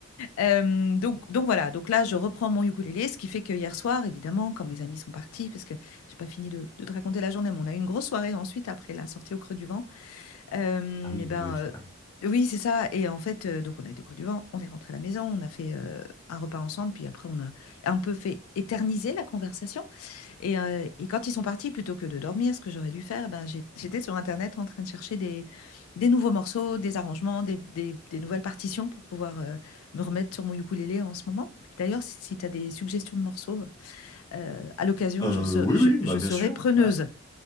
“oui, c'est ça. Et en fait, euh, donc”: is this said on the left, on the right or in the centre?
Left